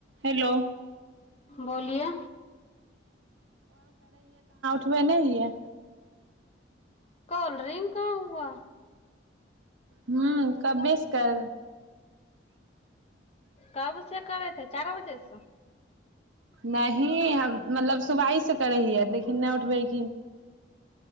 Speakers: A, on the right; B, on the left.
A: hello
B: बोलिए
A: ह नहि ही य
B: कोल्ड्रिंक कहाँ हुआ
A: ह कबे स कर
B: कब छै कव छै चार बजे छै
A: नहि हम मतलब सुबाइसँ करै हियै लेकिन नहि उठबैखिन